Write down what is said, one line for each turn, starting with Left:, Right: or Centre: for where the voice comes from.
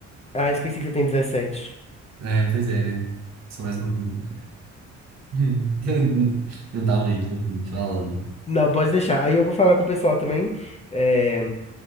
Left: Ah, esqueci que você tem dezessete.
Right: É, pois é, né? Sou mais novinho. <laughs> Mentalmente, assim, falando.
Left: Não, pode deixar. Aí eu vou falar com o pessoal também. É,